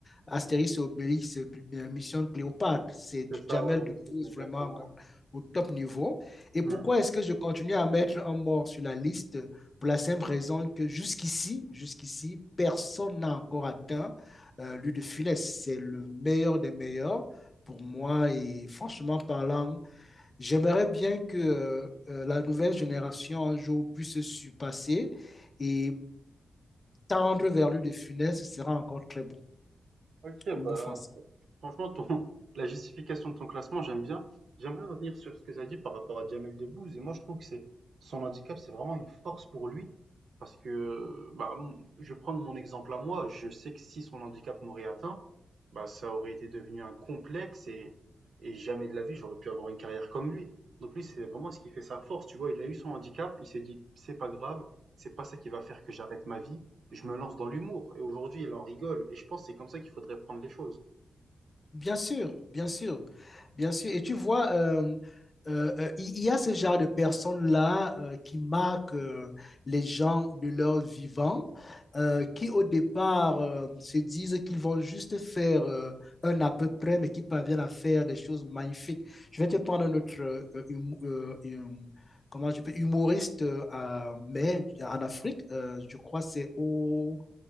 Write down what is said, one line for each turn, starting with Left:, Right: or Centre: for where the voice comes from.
Left: Astérix et Obélix, euh, Mission Cléopâtre. C'est du
Right: C'est ça,
Left: Jamel
Right: ouais, le
Left: Dupouze
Right: film, exactement.
Left: vraiment euh, au top niveau. Et pourquoi
Right: Hmm.
Left: est-ce que je continue à mettre un mort sur la liste? Pour la simple raison que jusqu'ici, jusqu'ici, personne n'a encore atteint euh, lui de Funès. C'est le meilleur des meilleurs pour moi. Et franchement parlant, J'aimerais bien que euh, euh, la nouvelle génération un jour puisse se surpasser et tendre vers lui de Funès, ce sera encore très bon,
Right: Ok,
Left: l'humour
Right: bah,
Left: français.
Right: franchement, ton, <laughs> la justification de ton classement, j'aime bien. J'aimerais revenir sur ce que tu as dit par rapport à Jamel Debbouze. Et moi, je trouve que c'est son handicap, c'est vraiment une force pour lui. Parce que, bah, m- je vais prendre mon exemple à moi. Je sais que si son handicap m'aurait atteint, bah, ça aurait été devenu un complexe et, et jamais de la vie, j'aurais pu avoir une carrière comme lui. Donc lui, c'est vraiment ce qui fait sa force. Tu vois, il a eu son handicap, il s'est dit, c'est pas grave, c'est pas ça qui va faire que j'arrête ma vie Je me lance dans l'humour et aujourd'hui, elle en rigole et je pense que c'est comme ça qu'il faudrait prendre les choses.
Left: Bien sûr, bien sûr. Bien sûr, et tu vois, euh, euh, euh, il il y a ce genre de personnes-là euh, qui marquent euh, les gens de leur vivant, euh, qui au départ euh, se disent qu'ils vont juste faire euh, un à peu près, mais qui parviennent à faire des choses magnifiques. Je vais te prendre un autre euh, euh, hum- euh, hum- comment je peux, humoriste, euh, à- mais en Afrique, euh, je crois c'est au,